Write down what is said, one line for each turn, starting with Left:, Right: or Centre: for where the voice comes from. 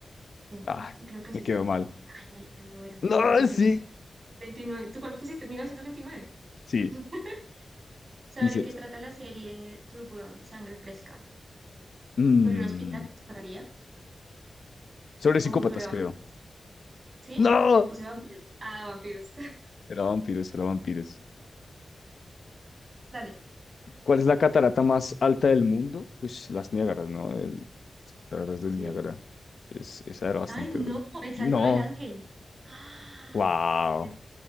Right: Tengo,
Left: Ah,
Right: pero creo que es
Left: me
Right: este.
Left: quedó mal.
Right: Ay, marica, no era.
Left: No,
Right: 1929.
Left: sí.
Right: ¿Tú cuál pusiste? 1929.
Left: Sí.
Right: <laughs> ¿Sobre
Left: Dice.
Right: qué trata la serie True Blood, Sangre Fresca?
Left: mm,
Right: ¿Sobre un hospital? ¿Sabría?
Left: sobre psicópatas,
Right: O sobre vampiros.
Left: creo.
Right: ¿Sí?
Left: No.
Right: Yo puse vampiros. Ah, vampiros.
Left: Era vampiros, era vampiros.
Right: <laughs> Dale.
Left: ¿Cuál es la catarata más alta del mundo? Pues las Niágaras, ¿no? El, las cataratas del
Right: Sí.
Left: Niágara. Es, esa era bastante
Right: Ay, no,
Left: obvia.
Right: el salto
Left: No.
Right: del ángel. Ah,
Left: Wow.
Right: eh,